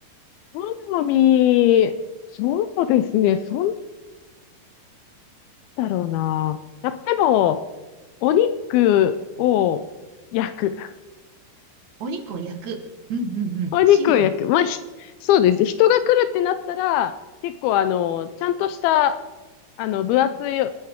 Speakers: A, on the left (about 80°); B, on the right (about 55°).
A: 好み、そうですね。そんだろうな。やっぱでも、お肉を焼く。
B: お肉を焼く。うんうんうん。
A: お肉を焼く。
B: シンプル。
A: まあ、ひそうですね。人が来るってなったら、結構あの、ちゃんとした、あの、分厚い
B: うん。